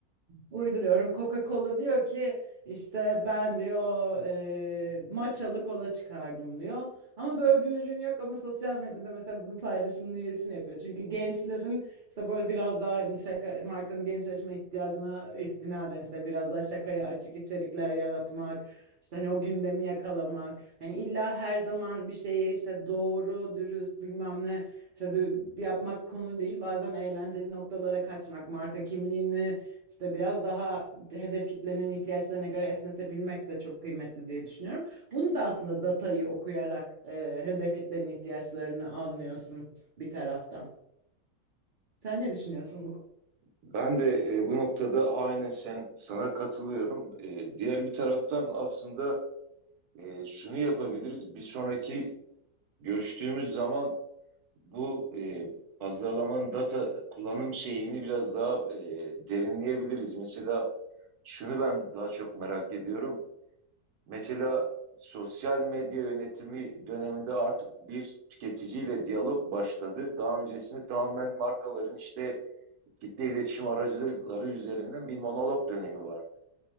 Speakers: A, on the right; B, on the right.
A: Uyduruyorum. Coca-Cola diyor ki işte ben diyor e, matchalı kola çıkardım diyor. Ama böyle bir ürün yok ama sosyal medyada mesela bunun paylaşımını iletişim yapıyor. Çünkü gençlerin işte böyle biraz daha hani şaka markanın gençleşme ihtiyacına istinaden işte biraz daha şakaya açık içerikler yaratmak. işte hani o gündemi yakalamak. Hani illa her zaman bir şeyi işte doğru, dürüst bilmem ne işte dü- yapmak konu değil. Bazen eğlenceli noktalara kaçmak, marka kimliğini işte biraz daha hedef kitlenin ihtiyaçlarına göre esnetebilmek de çok kıymetli diye düşünüyorum. Bunu da aslında datayı okuyarak e, hedef kitlenin ihtiyaçlarını anlıyorsun bir taraftan. Sen ne düşünüyorsun bu
B: Ben de e, bu noktada aynen sen sana katılıyorum. E, diğer bir taraftan aslında e, şunu yapabiliriz. Bir sonraki görüştüğümüz zaman bu e, pazarlamanın data kullanım şeyini biraz daha e, derinleyebiliriz. Mesela şunu ben daha çok merak ediyorum. Mesela sosyal medya yönetimi döneminde artık bir tüketiciyle diyalog başladı. Daha öncesinde tamamen markaların işte kitle iletişim aracıları üzerinden bir monolog dönemi vardı.